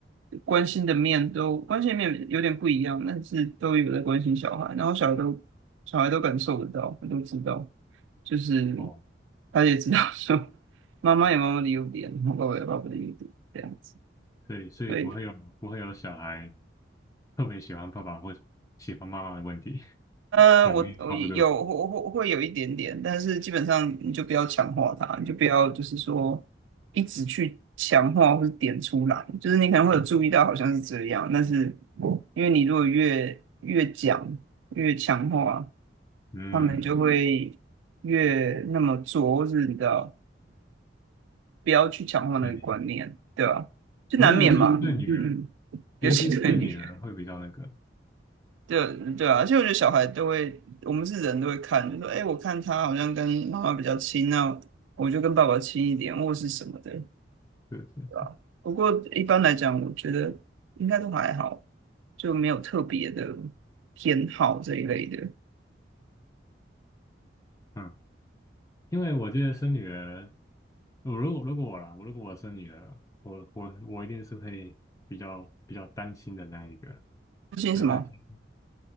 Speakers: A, on the right (about 80°); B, on the left (about 15°).
A: 关心的面都关心的面有点不一样，但是都有在关心小孩，然后小孩都小孩都感受得到，他都知道，就是
B: 哦，
A: 他也知道说妈妈有妈妈的优点，然后爸爸有爸爸的优点，这样子。
B: 所以所以不会有不会有小孩
A: 对，
B: 特别喜欢爸爸或喜欢妈妈的问题，
A: 呃，
B: <laughs> 两边差不多。
A: 我我有会会会有一点点，但是基本上你就不要强化它，你就不要就是说一直去强化或是点出来，就是你可能会有注意到好像是这样，但是因为你如果越越讲越强化。
B: 嗯，
A: 他们就会越那么做，或是你知道，不要去强化那个观念，
B: 对，
A: 对吧？就难免嘛，
B: 我觉得尤其是对女儿，
A: 嗯嗯，尤其对女人，
B: 尤其是对女儿会比较那个，
A: 对对啊，而且我觉得小孩都会，我们是人都会看，就说，哎，我看他好像跟妈妈比较亲，那我就跟爸爸亲一点，或是什么的，
B: 对对。
A: 对吧？不过一般来讲，我觉得应该都还好，就没有特别的偏好这一类的，
B: 嗯，因为我记得生女儿，我如果如果我啦，我如果我生女儿，我我我一定是会比较比较担心的那一个，
A: 不信什么？
B: 呃，担心